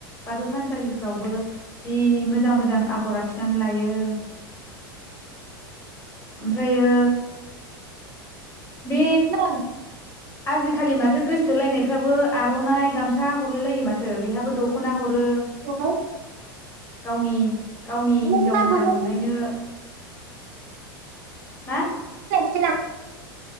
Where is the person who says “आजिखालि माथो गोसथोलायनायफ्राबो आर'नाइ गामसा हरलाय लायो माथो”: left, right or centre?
Left